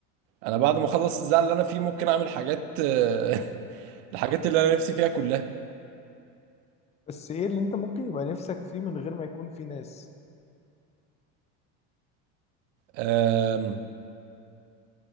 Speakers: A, on the right; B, on the left.
A: انا بعد ما اخلص الزعل اللي انا فيه ممكن اعمل حاجات <laughs> الحاجات اللي انا نفسي فيها كلها
B: بس ايه اللي انت ممكن يبقى نفسك فيه من غير ما يكون فيه ناس
A: أم،